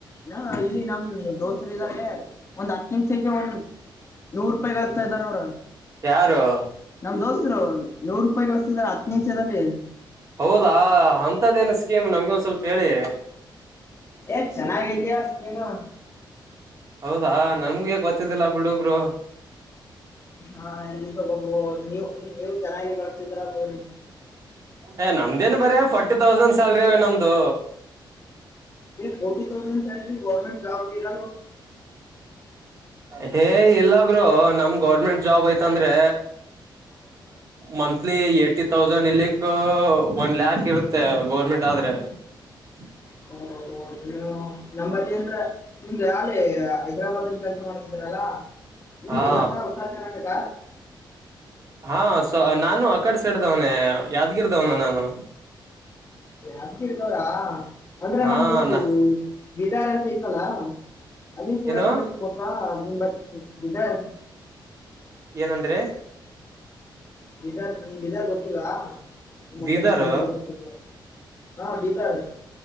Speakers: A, on the left (about 30°); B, on the right (about 40°).
A: ಹ ಇಲ್ಲಿ ನಮ ದೋಸ್ರ ಇದಾರೆ ಒಂದ್ ಹತ್ತು ನಿಮಿಷಕ್ಕೆ ಒಂದ ನೂರು ರೂಪಾಯಿ ಕಳತಾ ಇದ್ದಾರ ಅವ್ರ
B: ಯಾರು
A: ನನ್ ದೋಸ್ರು ನೂರು ರೂಪಾಯಿ ಕಳಿಸ್ತಿದ ಹತ್ನ ಹೆಂಚದಲ್ಲಿ
B: ಹೌದಾ ಅಂತದೇನು ಸ್ಕೀಮ್ ನಮಗೆ ಒಂದ್ ಸ್ವಲ್ಪ ಹೇಳಿ
A: ಏ್ ಚೆನ್ನಾಗೈತಿಯ ನೀನು <inaudible>
B: ಹೌದಾ ನಮಗೆ ಗೊತ್ತಿದ್ದಿಲ್ಲ ಬಿಡುಬ್ರು
A: ಹಾ ಎಲ್ಲಿ ತಬ ನೀ ಇ ನೀವು ಚೆನ್ನಾಗಿ ಕಳಸ್ತಿದ್ರ ದನಿ
B: ಏ ನಮ್ದೇನ್ ಬರ ಫೋರ್ಟಿ ತೌಸಂಡ್ ಸಲ್ರಿ ನಮ್ದು
A: ಫರ್ಟಿ ೌಸಂಡ ಗವರ್ಮೆಟ್ ಜಬ ಇರ
B: ಹೇ ಇಲ್ಲ ಬ್ರೋ ನಮ ಗೌರ್ಮೆಂಟ್ ಜಾಬ್ ಐತಂದ್ರೆ ಮಂತ್ಲಿ ಏ್ಟಿ ತೌಸಂಡ್ ಇಲ್ಲಿಕ್ ಒನ್ ಲ್ಯಾಕ್ ಇವ ಮತ್ತೆ ಗೌರ್ಮೆಂಟ್ ಆದ್ರೆ ಹ
A: ಹದದು ನೀ ನಂಬಲ್ಲಿ ಅಂದ್ರ ನಿಮ್ದ ಯಾಲಿ ಹೈದ್ರಾಬಾದ್ ಅಲ್ಲಿ ಕೆಲಸ ಮಾಡ್ತಿದ್ದಾರಲ್ಲಾ ನಿಮ್ಗೆ
B: ಹಾ
A: ಗೊತ್ತಾ ಉದಾ ನಟಗ
B: ಹಾ ಸ ನಾನು ಅ ಕಡ್ ಸೇಡ್ದವನ ಯಾದ್ಗಿರದವನು ನಾನು
A: ಅಬ್್ದಿ ಇರ್ದವರಾ ಅಂದ್ರೆ
B: ಹಾ
A: ನಮ್ದಲ್ಲಿ
B: ನ
A: ಬಿದಾರ್ ಅಂತ ಇತಲ್ಲಾ ಅಲ್ಲಿ ಕೂಡ
B: ಏನು
A: ಏನಾಯ್ತ ಗೊತ್ತಾ ಎಂಬತ್ತು ಇ <unintelligible>
B: ಏನಂದ್ರೆ
A: ಬೀದಾರ್ ಬೀದಾರ್ ಗೊತ್ತಲ ಮತ್ತ
B: ಬೀದರ್
A: ಹಾ ಬೀದಾರೆ